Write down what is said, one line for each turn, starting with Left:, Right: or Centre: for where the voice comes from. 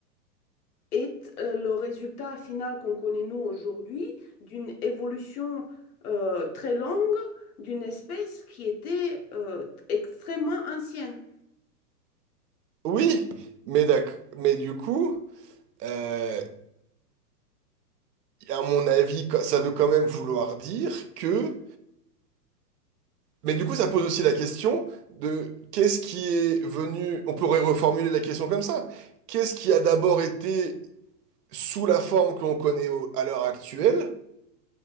Left: est euh, le résultat final qu'on connaît nous aujourd'hui d'une évolution euh, très longue d'une espèce qui était euh, extrêmement ancienne.
Right: Oui, mais, d'ac- mais du coup, euh, à mon avis, co- ça veut quand même vouloir dire que... Mais du coup, ça pose aussi la question de qu'est-ce qui est venu... On pourrait reformuler la question comme ça. Qu'est-ce qui a d'abord été sous la forme qu'on connaît au- à l'heure actuelle,